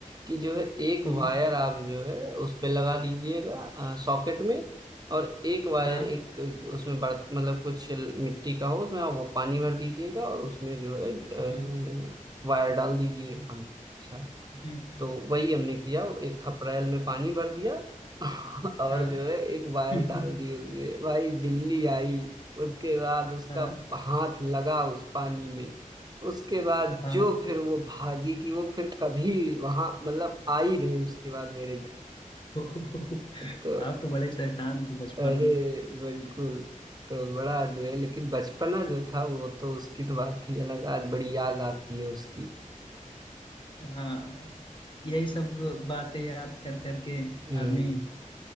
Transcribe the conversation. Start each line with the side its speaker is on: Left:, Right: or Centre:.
Right: कि जो है एक
Left: हम्म
Right: वायर आप जो है उस पे लगा दीजिएगा सॉकेट में और एक वायर
Left: हाँ
Right: एक उसमें बर्त मतलब कुछ मिट्टी का हो उसमें आप वो पानी भर दीजिएगा और उसमें जो है अ,
Left: हम्म
Right: वायर डाल दीजिएगा हम अच्छा
Left: हम्म,
Right: तो वही हमने किया एक खपरेल में पानी भर दिया <laughs> और
Left: हाँ
Right: जो है एक वायर
Left: <laughs>
Right: डाल दी उसमें भाई बिल्ली आई उसके बाद उसका
Left: हाँ
Right: हाथ लगा उस पानी में उसके बाद
Left: हाँ
Right: जो फिर वो भागी कि वो फिर कभी वहां मतलब आई रही उसके बाद मेरे घर
Left: <laughs> आप
Right: तो
Left: तो बड़े शैतान थे बचपन
Right: अरे बिल्कुल तो बड़ा जो है लेकिन बचपना जो था वो तो उसकी तो बात ही अलग आज बड़ी याद आती है उसकी
Left: हाँ यही सब बातें याद कर करके
Right: हम्म
Left: आदमी